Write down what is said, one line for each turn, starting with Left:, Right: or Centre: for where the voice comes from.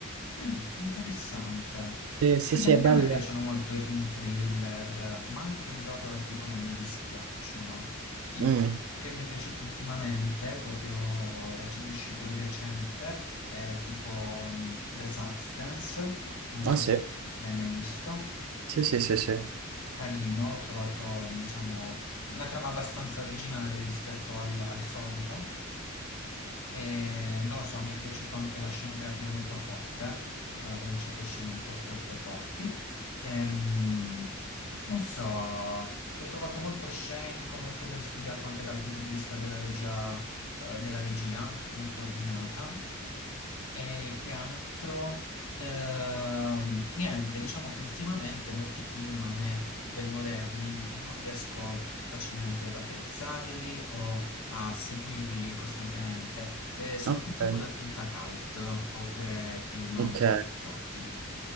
Left: Mm, interessante.
Right: Sì,
Left: Sì,
Right: sì, sì,
Left: anche
Right: è bello.
Left: a me piacciono molto i film thriller, ma anche gli horror tipo non mi dispiacciono. Tipo,
Right: Mm.
Left: che mi è piaciuto ultimamente, proprio rec- uscito di recente, è tipo mm, The Substance, non so
Right: Ah sì,
Left: se l'hai mai visto.
Right: sì, sì, sì, sì.
Left: Carino, l'ho trovato, diciamo, una trama abbastanza originale rispetto al al solito. E, non lo so, mi è piaciuto anche la scenografia molto forte, eh, certe scene un po' troppo forti. Ehm, non so, l'ho trovato molto scenico, molto ben studiato anche dal punto di vista della regia, eh, della regia, molto ordinata. E che altro? Ehm, niente, diciamo che ultimamente molti film a me, quelli moderni, non riesco facilmente ad apprezzarli o a seguirli costantemente. Eh, sono
Right: Ok.
Left: più tipo da film da cult oppure film un
Right: Ok,
Left: po' vecchiotti.